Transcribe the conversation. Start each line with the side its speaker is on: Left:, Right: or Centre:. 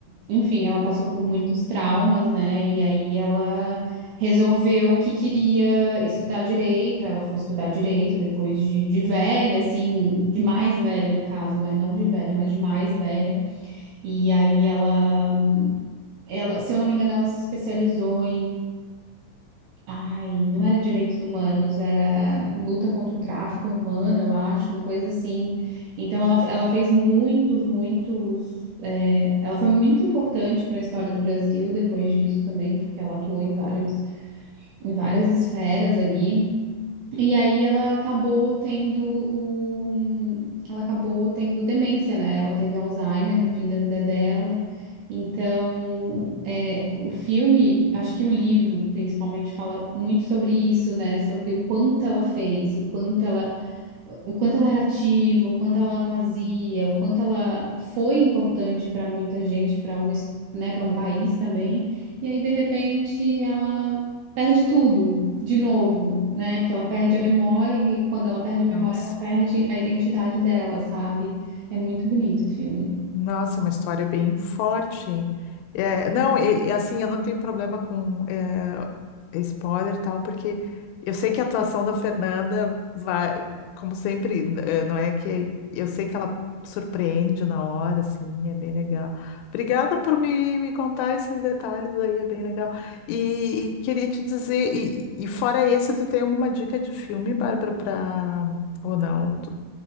Right: enfim, ela passou por muitos traumas, né? E aí ela resolveu que queria estudar direito. Ela foi estudar direito depois de, de velha, assim, de mais velha no caso, né? Não de velha, mas de mais velha. E aí ela, ela, se eu não me engano, ela se especializou Ai, não era direitos humanos, era luta contra o tráfico humano, eu acho, uma coisa assim. Então ela, ela fez muitos, muitos. é, ela foi muito importante para a história do Brasil depois disso também, porque ela atuou em vários, em várias esferas ali. E aí ela acabou tendo o... ela acabou tendo demência, né? Ela teve Alzheimer no fim da vida dela. Então, é, o filme, acho que o livro principalmente fala muito sobre isso, né? Sobre o quanto ela fez, o quanto ela o quanto ela era ativa, o quanto ela fazia, o quanto ela foi importante para muita gente, para uma, es- né, para um país também. E aí, de repente, ela perde tudo de novo, né? Porque ela perde a memória e quando ela perde a memória,
Left: Nossa.
Right: ela perde a identidade dela, sabe? É muito bonito o filme.
Left: Nossa, é uma história bem forte. hein? É, não, e, e assim, eu não tenho problema com é, spoiler e tal, porque eu sei que a atuação da Fernanda vai, como sempre, n- é, não é que eu sei que ela surpreende na hora, assim, é bem legal. Obrigada por me, me contar esses detalhes aí, é bem legal. E, e queria te dizer, e, e fora esse, tu tem alguma dica de filme, Bárbara, pra, ou não? Tu-